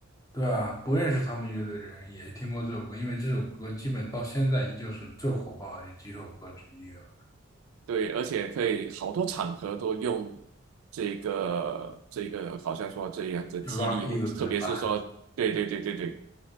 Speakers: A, on the left; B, on the right.
A: 对啊，不认识他们乐队的人也听过这首歌，因为这首歌基本到现在依旧是最火爆的几首歌之一了。
B: 对，而且可以好多场合都用这个这个，好像说这样的激励我，
A: 就 Rock You
B: 特别是说，
A: 的，对吧？
B: 对对对对对，